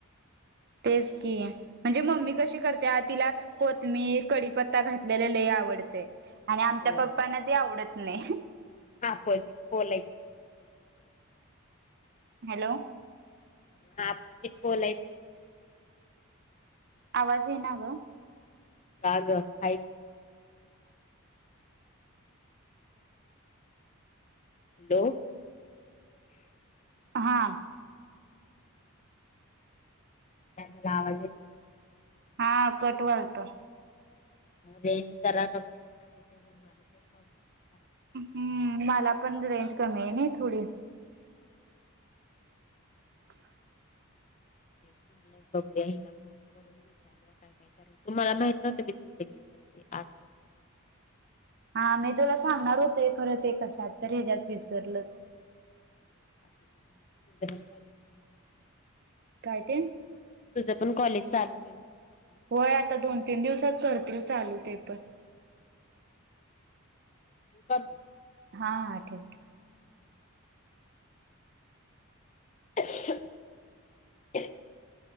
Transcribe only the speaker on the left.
होय
<unintelligible>
हा <unintelligible>
काग हाय. हॅलो.
काय तुला आवाज येत
रेंज जरा कमी असल्यामुळ <unintelligible>
तेच म्हणलंय बघूया हिला फोन करून विचारुया काय काय कराले तुम्हाला माहित नव्हतं मी तिकडे गेल्या. <unintelligible>
<unintelligible>
तुझं पण कॉलेज चालू होईल. आता
<unintelligible>
<unintelligible>